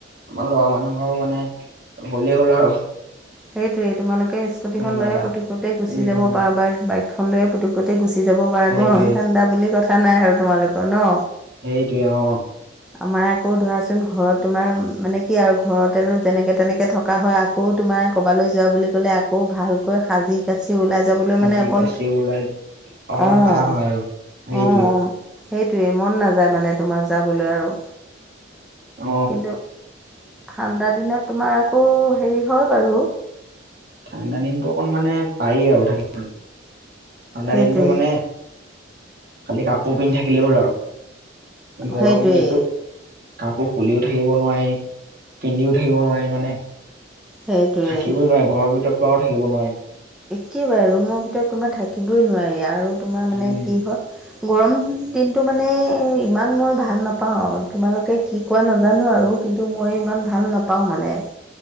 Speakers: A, on the right; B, in the centre.
A: আমাৰ ল'ৰা মানুহৰ মানে হ'লেই হ'ল আৰু
B: সেইটোৱে তোমালোকে স্কুটিখন
A: কোনোবা
B: লয়
A: এটা
B: পুতুকতে গুচি
A: উম
B: যাব পাৰা বা বাইকখন লয়ে পুতুকতে গুচি গুচি যাব পাৰা,
A: সেইটোৱে
B: গৰম-ঠাণ্ডা বুলি কথা নাই আৰু তোমালোকৰ ন?
A: সেইটোৱে অ।
B: আমাৰ আকৌ ধৰাচোন ঘৰত তোমাৰ মানে কি আৰু ঘৰতে যেনেকে-তেনেকে থকা হয় আকৌ তোমাৰ ক'বালৈ যোৱা বুলি ক'লে আকৌ ভালকৈ সাজি-কাচি ওলাই যাবলৈ
A: আজি
B: মানে অকণ
A: কাচি ওলাই অকমান
B: অ'
A: টান হয় আৰু সেইটোৱে।
B: অ' সেইটোৱেই মন নাযায় মানে তোমাৰ যাবলৈ আৰু,
A: অ
B: কিন্তু ঠাণ্ডা দিনত তোমাৰ আকৌ হেৰি হয় বাৰু
A: ঠাণ্ডা দিনটো অকণ মানে পাৰি আৰু থাকিব। ঠাণ্ডা
B: সেইটোৱেই
A: দিনটো মানে, খালি কাপোৰ পিন্ধি থাকিলে হ'ল আৰু। গৰম
B: সেইটোৱেই
A: দিনটোত কাপোৰ খুলিও থাকিব নোৱাৰি, পিন্ধিও থাকিব নোৱাৰি মানে
B: সেইটোৱেই
A: থাকিব নোৱাৰি, ঘৰৰ ভিতৰততো আৰু থাকিব নোৱাৰি।
B: একেবাৰে ৰুমৰ ভিতৰত তোমাৰ থাকিবই নোৱাৰি আৰু তোমাৰ মানে
A: উম
B: কি হ'ল গৰম দিনটো মানে ইমান মই ভাল নাপাওঁ। তোমালোকে কি কোৱা নাজানো আৰু কিন্তু মই ইমান ভাল নাপাওঁ মানে